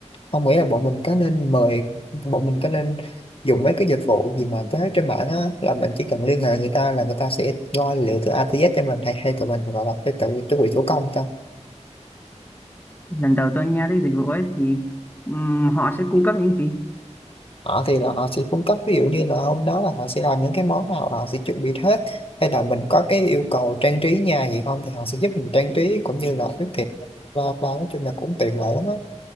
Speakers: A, on the left; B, on the left.
A: Ông nghĩ là bọn mình có nên mời bọn mình có nên dùng mấy cái dịch vụ gì mà có hết trên mạng á là mình chỉ cần liên hệ người ta là người ta sẽ lo liệu từ A tới Z cho mình hay hay tụi mình gọi là phải tự chuẩn bị thủ công ta
B: lần đầu tôi nghe tới dịch vụ ấy thì ừm, họ sẽ cung cấp những gì
A: họ thì là họ sẽ cung cấp ví dụ như là hôm đó là họ sẽ làm những cái món nào là họ sẽ chuẩn bị hết hay là mình có cái yêu cầu trang trí nhà gì không thì họ sẽ giúp mình trang trí cũng như là nước thiệt và và nói chung là cũng tiện lợi lắm á